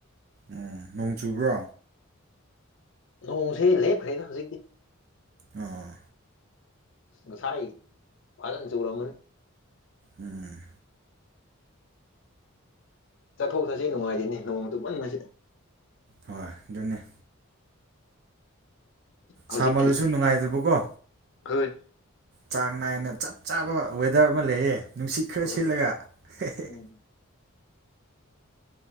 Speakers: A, on the right; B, on the left.
A: ꯎꯝ ꯅꯣꯡ ꯆꯨꯕ꯭ꯔꯣ
B: ꯅꯣꯡꯁꯤ ꯂꯦꯞꯈ꯭ꯔꯦꯗ ꯍꯧꯖꯤꯛꯇꯤ
A: ꯑꯣ
B: ꯉꯁꯥꯏ ꯐꯖꯟ ꯆꯨꯔꯝꯒꯅꯤ
A: ꯎꯝ
B: ꯆꯠꯊꯣꯛ ꯆꯠꯁꯤ ꯅꯨꯡꯉꯥꯏꯗ‌ꯦꯅꯦ ꯅꯣꯡ ꯗꯨꯃꯟꯅꯕꯁꯤꯗ
A: ꯍꯣꯏ ꯑꯗꯨꯅꯦ
B: ꯍꯧꯖꯤꯛꯇꯤ
A: ꯁꯥꯃꯜꯂꯁꯨ ꯅꯨꯡꯉꯥꯏꯗꯕꯀꯣ
B: <unintelligible>
A: ꯆꯥꯡ ꯅꯥꯏꯅ ꯆꯞ ꯆꯥꯕ ꯋꯦꯗꯔ ꯑꯃꯥ ꯂꯩꯌꯦ ꯅꯨꯡꯁꯤꯠ ꯈꯔ
B: ꯎꯝ
A: ꯁꯤꯠꯂꯒ ꯍ‌ꯦ ꯍ‌ꯦ
B: ꯎꯝ